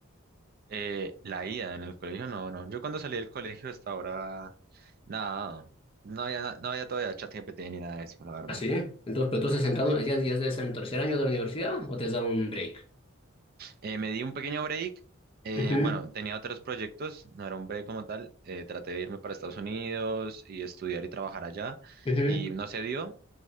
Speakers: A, on the right; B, on the left.
A: Eh, la ida en el colegio, no, no. Yo cuando salí del colegio hasta ahora, nada, no había, na- no había todavía chat GPT ni nada de eso, la verdad.
B: Así, Entonces, pero tú estás entrando, ya, ya debes estar en tercer año de la universidad o te has dado un break?
A: Eh, me di un pequeño break. eh,
B: Ujú,
A: bueno, tenía otros proyectos, no era un break como tal. eh, traté de irme para Estados Unidos y estudiar y trabajar allá
B: ujú.
A: y no se dio.